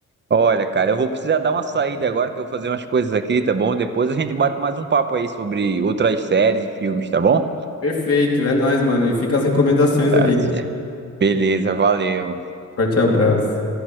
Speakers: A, on the right; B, on the left.
A: Olha, cara, eu vou precisar dar uma saída agora, que eu vou fazer umas coisas aqui, tá bom? Depois a gente bate mais um papo aí sobre outras séries e filmes, tá bom?
B: Perfeito, é nóis, mano. E fica as recomendações
A: Tá
B: aí.
A: certo. Beleza, valeu.
B: Forte abraço.